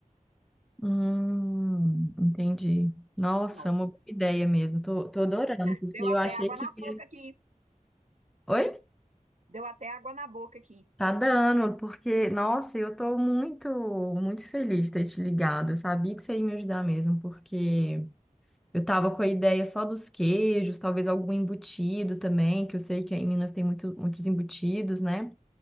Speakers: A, in the centre; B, on the right.
A: Hum, entendi. Nossa,
B: Nossa,
A: é uma boa ideia mesmo. Tô, tô adorando, porque
B: deu
A: eu
B: até
A: achei
B: água
A: que
B: na
A: eu ia...
B: boca aqui.
A: Oi?
B: Deu até água na boca aqui.
A: Tá dando, porque, nossa, eu tô muito, muito feliz de ter te ligado. Eu sabia que você ia me ajudar mesmo, porque Eu tava com a ideia só dos queijos, talvez algum embutido também, que eu sei que aí em Minas tem muito, muitos embutidos, né?